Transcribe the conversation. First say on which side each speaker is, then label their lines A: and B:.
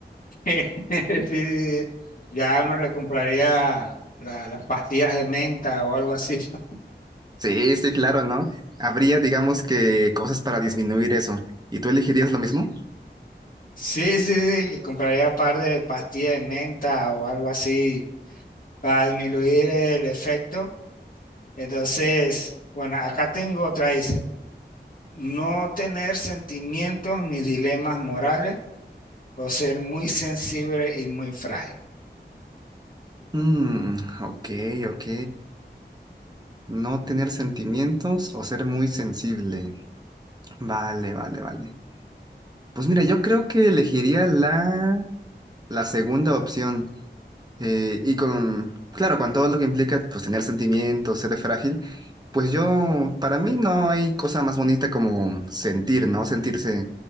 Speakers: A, on the left; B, on the right.
A: Sí, sí, sí. Ya uno le compraría la- las pastillas de menta o algo así. <laughs>
B: Sí, sí, claro, ¿no? Habría, digamos que, cosas para disminuir eso. ¿Y tú elegirías lo mismo?
A: Sí, sí, sí, que compraría un par de pastillas de menta o algo así para disminuir el efecto. Entonces, bueno, acá tengo otra, dice, no tener sentimientos ni dilemas morales o ser muy sensible y muy frágil.
B: Mm, ok, ok. No tener sentimientos o ser muy sensible. Vale, vale, vale. Pues mira, yo creo que elegiría la, la segunda opción. eh, y con, claro, con todo lo que implica, pues tener sentimientos, ser frágil. Pues yo, para mí no hay cosa más bonita como sentir, ¿no? Sentirse,